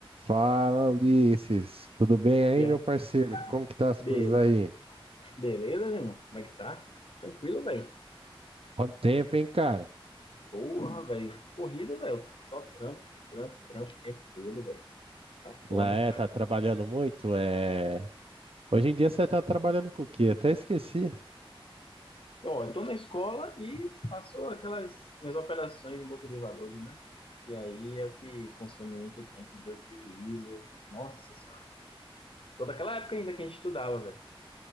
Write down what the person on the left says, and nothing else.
E é.
Be-
beleza, Júnior? Como é que tá? Tranquilo, velho.
Porra, velho. Corrida, velho. Só trampo, trampo, trampo o tempo todo, velho. Tá foda.
Bom, eu tô na escola e faço aquelas minhas operações em bolsa de valores, né? Que aí é o que consome muito tempo de dor de juízo. Nossa senhora. Toda aquela época ainda que a gente estudava, velho.